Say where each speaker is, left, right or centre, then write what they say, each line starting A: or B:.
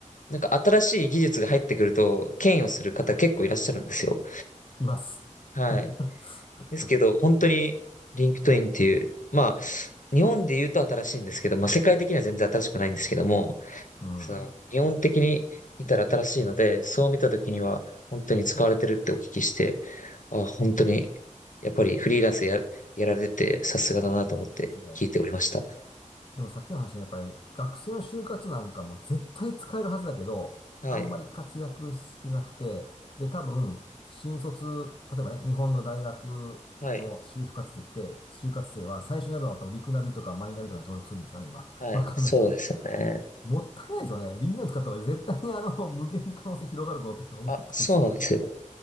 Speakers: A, on the left; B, on the left.
A: なんか新しい技術が入ってくると、嫌悪する方結構いらっしゃるんですよ。
B: います。
A: はい。
B: <laughs>
A: ですけど、本当に、リンクトインっていう、まあ、日本で言うと新しいんですけど、まあ世界的には全然新しくないんですけども、
B: うん。
A: その、基本的に見たら新しいので、そう見た時には本当に使われてるってお聞きして、あ、本当に、やっぱりフリーランスや、やられててさすがだなと思って聞いておりました。
B: いやいや。でもさっきの話ね、やっぱり学生の就活なんかも絶対使えるはずだけど、
A: はい。
B: あんまり活躍してなくて、で、多分、新卒、例えばね、日本の大学の就活生って、
A: はい。
B: 就活生は最初にやるのは多分リクナビとかマイナビとかに登録するんですかね、今。<laughs>
A: はい。
B: わかんないけど。
A: そうですよね。
B: もったいないですよね。リンクナビ使った方が絶対にあの、無限に可能性広がるぞって思ったりするんです。
A: あ、そうなんですよ。